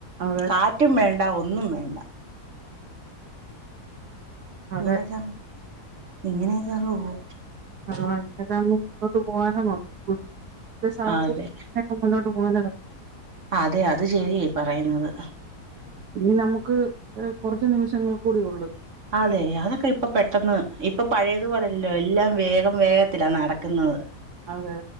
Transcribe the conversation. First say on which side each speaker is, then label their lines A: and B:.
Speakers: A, on the right; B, on the right.
A: അതെ
B: കാറ്റുംവേണ്ട ഒന്നുംവേണ്ട.
A: അതെ
B: ഇങ്ങനെക്കൈ ഇങ്ങനെയൊക്കെയങ്ങ് പോവും.
A: ആ അൻ്റെതാങ്ങും മുന്നോട്ട് പോവാനോ നോക്കും ഇത്തെ സാഹചര്യ
B: അതെ
A: നെ. മുന്നോട്ട് പോവാന
B: അതെ അത് ശെരിയെ ഇപറയുന്നത്.
A: ഇനി നമുക്ക് അ് കൊറച്ച് നിമിഷങ്ങൾകൂടി ഒള്ള്.
B: അതെ അതൊക്കെയിപ്പൊ പെട്ടെന്ന് ഇപ്പൊ പഴയതുപോലല്ലോ എല്ലാം വേഗം വേഗത്തിലാ നടക്കുന്നത്.
A: അതെ